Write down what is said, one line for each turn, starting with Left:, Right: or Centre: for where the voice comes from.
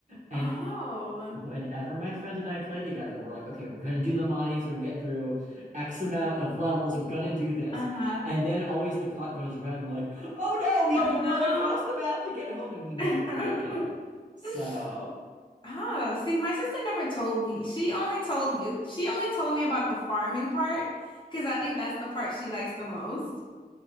Right: And
Left: Oh.
Right: whenever my friend and I play together, we're like, okay, we're gonna do the mines, we're gonna get through X amount of levels, we're gonna do this.
Left: Uh-huh.
Right: And then always the clock goes red, and we're like, oh no, we have
Left: Oh
Right: to run across the map to get home, and we never
Left: no.
Right: make it.
Left: <laughs>
Right: So,
Left: Oh, see, my sister never told me. She only told me she only told me about the farming part because I think that's the part she likes the most.